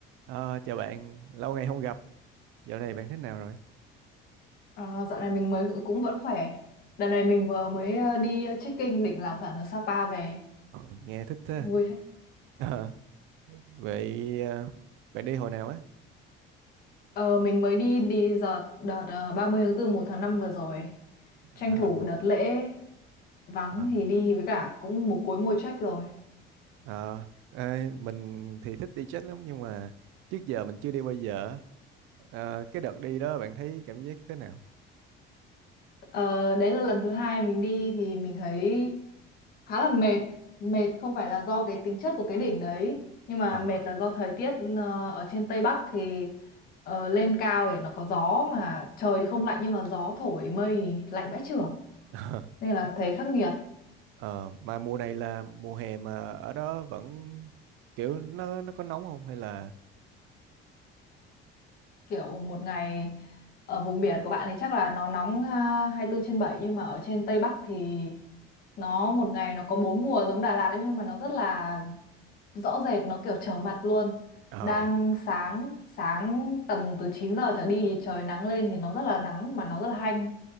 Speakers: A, on the right; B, on the left.
A: Ờ, chào bạn, lâu ngày không gặp, dạo này bạn thế nào rồi?
B: Ờ, dạo này mình mới cũng vẫn khỏe. Đợt này mình vừa mới ờ, đi ờ, trekking đỉnh Lào Thẩn ở Sapa về.
A: Ờ, nghe thích thế.
B: Vui phết.
A: Ờ, vậy ờ, bạn đi hồi nào á?
B: Ờ, mình mới đi đi đợt đợt ờ, 30 tháng 4 một tháng 5 vừa rồi.
A: Ờ,
B: Tranh thủ đợt lễ vắng
A: ờ.
B: thì đi với cả cũng một cuối mùa trek rồi.
A: Ờ, ê, mình thì thích đi chết lắm nhưng mà trước giờ mình chưa đi bao giờ. Ờ, cái đợt đi đó bạn thấy cảm giác thế nào?
B: Ờ, đấy là lần thứ hai mình đi thì mình thấy khá là mệt mệt không phải là do cái tính chất của cái đỉnh đấy nhưng mà
A: Ờ,
B: mệt là do thời tiết ờ, ở trên Tây Bắc thì ờ, lên cao thì nó có gió mà trời thì không lạnh nhưng mà gió thổi mây thì lạnh vãi chưởng
A: <laughs>
B: nên là thấy khắc nghiệt
A: ờ, mà mùa này là mùa hè mà ở đó vẫn kiểu nó nó có nóng không hay là
B: kiểu một ngày ở vùng biển của bạn thì chắc là nó nóng à, hai mươi 24 trên bảy nhưng mà ở trên Tây Bắc thì nó một ngày nó có bốn mùa giống Đà Lạt ấy nhưng mà nó rất là rõ rệt nó kiểu trở mặt luôn
A: ờ
B: đang sáng sáng tầm từ 9 giờ trở đi trời nắng lên thì nó rất là nắng mà nó rất là hanh